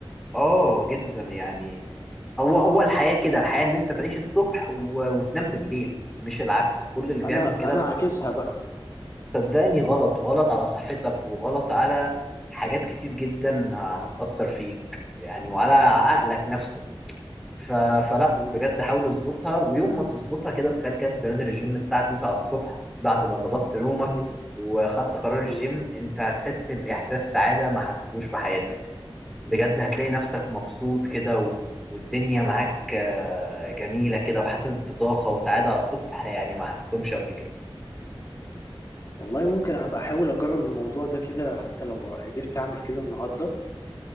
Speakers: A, in the centre; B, on the left.
A: اه جدا يعني هو هو الحياة كده الحياة ان انت تعيش الصبح و... وتنام بالليل مش العكس كل اللي بيعمل
B: انا
A: كده
B: انا عاكسها بقى
A: صدقني غلط وغلط على صحتك وغلط على حاجات كتير جدا ه- هتأثر فيك يعني وعلى عقلك نفسه ف... فلا
B: مم.
A: بجد حاول اظبطها ويوم ما تظبطها كده تخيل كده انت نازل الجيم الساعة 9 الصبح بعد ما ظبطت نومك
B: مم.
A: وخدت قرار الجيم
B: مم.
A: انت هتحس بإحساس سعادة ما حسيتوش في حياتك بجد هتلاقي نفسك مبسوط كده و... والدنيا معاك آه، جميلة كده وحاسس بطاقة وسعادة على الصبح يعني ما حسيتهمش قبل كده
B: والله ممكن هبقى احاول اجرب الموضوع ده كده حتى لو قدرت اعمل كده النهارده